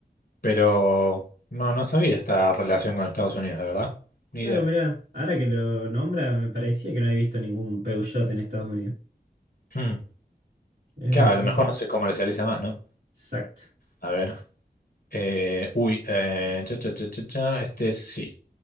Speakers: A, on the left; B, on the right.
A: Pero no, no sabía esta relación con Estados Unidos, la verdad. Ni
B: Claro,
A: idea.
B: mirá, ahora que lo nombra, me parecía que no había visto ningún Peugeot en Estados Unidos.
A: Hmm.
B: Es
A: Claro,
B: verdad.
A: a lo mejor no se comercializa más, ¿no?
B: Exacto.
A: A ver. Eh, uy, eh, cha, cha, cha, cha, cha, este sí.